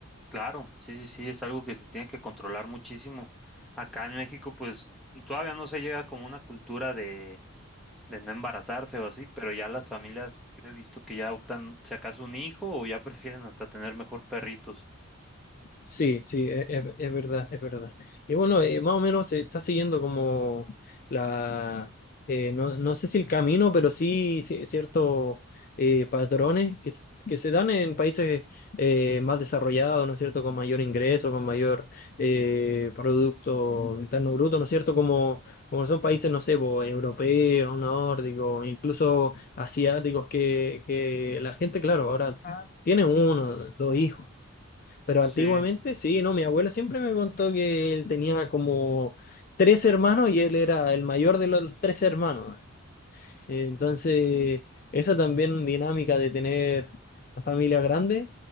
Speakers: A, in the centre; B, on the left (about 40°).
A: Claro, sí, sí, sí, es algo que se tiene que controlar muchísimo. Acá en México, pues todavía no se llega como una cultura de, de no embarazarse o así, pero ya las familias, yo he visto que ya optan, si acaso un hijo, o ya <laughs> prefieren hasta tener mejor perritos.
B: Sí, sí, e- es, es verdad, es verdad. Y bueno, eh, más o menos se está siguiendo como la, eh, no, no sé si el camino, pero sí, ci- ciertos eh, patrones que, s- que se dan en países eh, más desarrollados, ¿no es cierto?, con mayor ingreso, con mayor eh, Producto Interno Bruto, ¿no es cierto?, como, como son países, no sé, po, europeos, nórdicos, incluso asiáticos, que, que la gente, claro, ahora tiene uno, dos hijos. Pero
A: Sí,
B: antiguamente, sí, no, mi abuelo siempre me contó que él tenía como tres hermanos y él era el mayor de los tres hermanos. Eh, Entonces, esa también dinámica de tener la familia grande